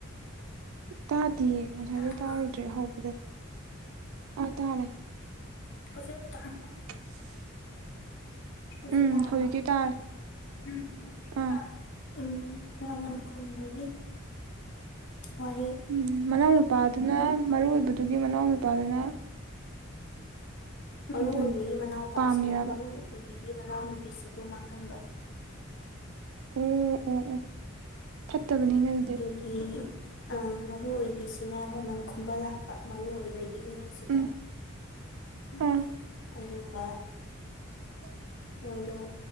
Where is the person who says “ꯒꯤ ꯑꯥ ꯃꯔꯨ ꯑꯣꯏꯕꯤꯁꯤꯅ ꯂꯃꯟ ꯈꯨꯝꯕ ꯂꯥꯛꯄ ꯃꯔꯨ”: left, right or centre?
Left